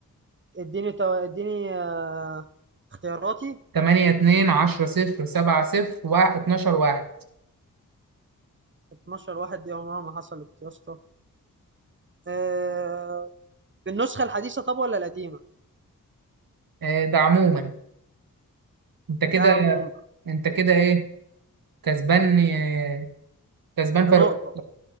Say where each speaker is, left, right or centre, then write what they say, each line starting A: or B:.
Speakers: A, on the right (about 35°); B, on the right (about 75°).
A: اديني تو... اديني آه... اختياراتي
B: 8 2 10 0 7 0 12 1
A: 12 واحد دي عمرها ما حصلت يا اسطى آه... بالنسخة الحديثة طب ولا القديمة
B: آه، ده عموما أنت كده
A: ده عموم
B: أنت كده إيه كسبان آه، كسبان
A: بنقطة
B: فرق